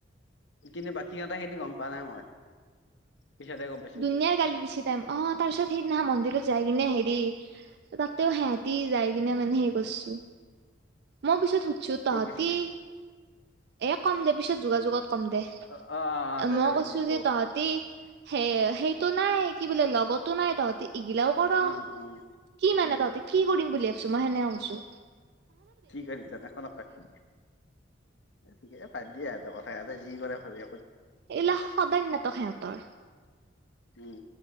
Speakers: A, on the left; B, on the right.
A: কিন্তু বাকী কথা খিনি গম পোৱা নাই মই। পিছতহে গম পাইছো
B: দুুনীয়াৰ গালি দিছি তাই মোক, অ তাৰপিছত সেই মন্দিৰত যায় কিনে হেৰি তাতেও সিহঁতি যায় কিনে মানে হেৰি কৰছি মই পিছত সুধছো
A: ক'ত
B: তহঁতি
A: গৈছিলি
B: এ কম দে পিছত যোগাযোগত কম দে,
A: অ অ অ
B: এ
A: দে
B: মই
A: দে বাদ
B: কৈছো
A: দে ক
B: যে তহঁতি সে সেইটো নাই কি বোলে লগতো নাই তহঁতি এগিলাও কৰ
A: উম উম
B: কি মানে
A: উম
B: তহঁতি কি কৰিম বুলি ভাবিছো মই সেনেকৈ কৈছোঁ।
A: কি কৰিছ নখন নক ঠিক আছে বাদ দিয়ে আৰু <unintelligible> এ কথা এটা যি কৰে ভাবি
B: এইল সদায় নাটক সিহঁতৰ
A: উম।